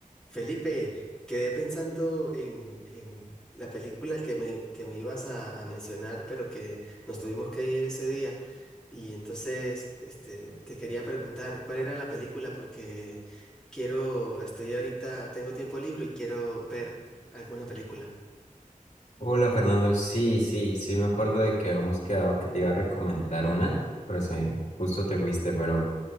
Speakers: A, in the centre; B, on the left (about 55°).
A: Felipe, quedé pensando en, en la película que me, que me ibas a, a mencionar, pero que nos tuvimos que ir ese día. Y entonces, este, te quería preguntar, ¿cuál era la película? Porque quiero, estoy ahorita, tengo tiempo libre y quiero ver alguna película.
B: Hola Fernando, sí, sí, sí me acuerdo de que habíamos quedado que te iba a recomendar una, pero se, justo te fuiste, pero,